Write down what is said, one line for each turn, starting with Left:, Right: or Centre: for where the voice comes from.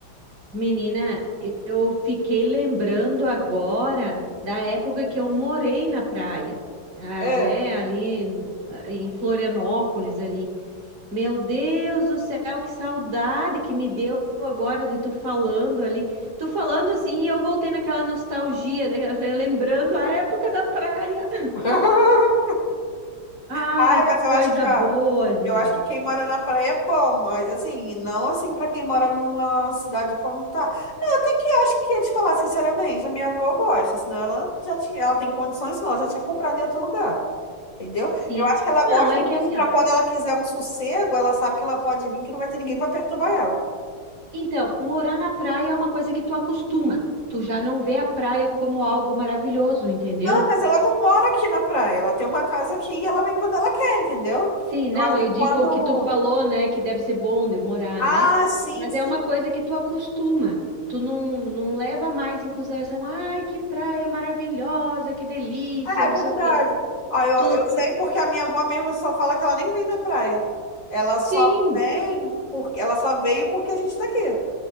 Right: Menina, eu fiquei lembrando agora da época que eu morei na praia, ah,
Left: É.
Right: né, ali em em Florianópolis ali. Meu Deus do céu, que saudade que me deu agora de tu falando ali. Tu falando assim e eu voltei naquela nostalgia, né, relembrando a época da praia.
Left: <laughs>
Right: Ai,
Left: Ai,
Right: que
Left: mas
Right: coisa
Left: eu acho que, ó,
Right: boa, gente.
Left: eu acho que quem mora na praia é bom, mas assim, não assim pra quem mora numa cidade fantástica. Não, até que acho que ia te falar sinceramente, a minha avó gosta, senão ela já tinha, ela tem condições, senão ela já tinha comprado em outro lugar, entendeu?
Right: Sim.
Left: Eu acho que ela gosta
Right: Não, é
Left: mesmo
Right: que assim,
Left: pra
Right: ó,
Left: quando ela quiser um sossego, ela sabe que ela pode vir, que não vai ter ninguém pra perturbar ela.
Right: então, morar na praia é uma coisa que tu acostuma. Tu já não vê a praia como algo maravilhoso, entendeu?
Left: Ah, mas ela não mora aqui na praia, ela tem uma casa aqui e ela vem quando ela quer, entendeu?
Right: Sim,
Left: Eu
Right: não,
Left: acho que
Right: eu digo
Left: quando.
Right: que tu falou, né, que deve ser bom demorar,
Left: Ah,
Right: né?
Left: sim,
Right: Mas
Left: sim.
Right: é uma coisa que tu acostuma. Tu não, não leva mais em consideração, ai, que praia maravilhosa, que delícia,
Left: É
Right: não
Left: verdade.
Right: sei o quê.
Left: Ó, eu,
Right: Tu,
Left: eu sei
Right: tu...
Left: porque a minha avó mesmo só fala que ela nem vem na praia. Ela
Right: Sim,
Left: só vem porque ela só veio porque a gente tá aqui.